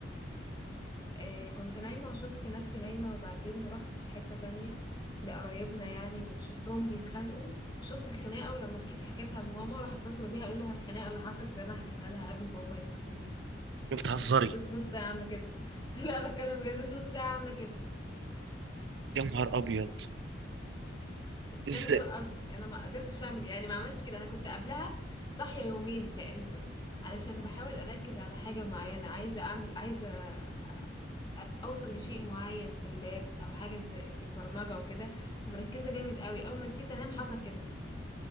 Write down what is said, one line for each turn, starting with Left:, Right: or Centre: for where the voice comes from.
Left: آه، كنت نايمة وشفت نفسي نايمة وبعدين رحت في حتة تانية لقرايبنا يعني وشفتهم بيتخانقوا وشفت الخناقة ولما صحيت حكيتها لماما راح اتصلوا بيها قالوا لها الخناقة اللي حصلت اللي أنا حكيتها لها قبل ما هما يتصلوا بيها
Right: انت بتهزري
Left: فضلت نص ساعة عاملة كده <laughs> لا بتكلم بجد فضلت نص ساعة عاملة كده
Right: يا نهار ابيض
Left: بس
Right: ازاي
Left: ده من غير قصدي أنا ما قدرتش أعمل إيه. يعني ما عملتش كده أنا كنت قبلها صاحية يومين تقريبا علشان بحاول أركز على حاجة معينة عايزة أعمل عايزة أب- اوصل لشيء معين في اللاب او حاجه زي في البرمجه وكده مركزه جامد قوي اول ما جيت انام حصل كده